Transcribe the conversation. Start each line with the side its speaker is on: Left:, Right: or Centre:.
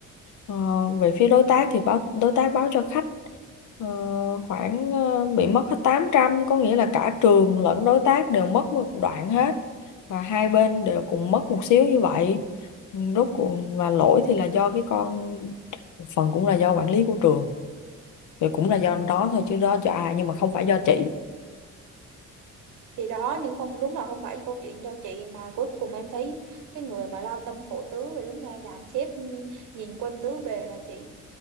Left: ờ, về phía đối tác thì báo đối tác báo cho khách ờ, khoảng ờ, bị mất hết 800. có nghĩa là cả trường lẫn đối tác đều mất một đoạn hết và hai bên đều cùng mất một xíu như vậy. Rốt cuộc và lỗi thì là do cái con phần cũng là do quản lý của trường thì cũng là do đó thôi chứ đó do ai nhưng mà không phải do chị
Right: thì đó nhưng không đúng là không phải câu chuyện do chị mà cuối cùng em thấy cái người mà lao tâm khổ tứ và đứng ra dàn xếp ừ, nhìn quanh tứ bề là chị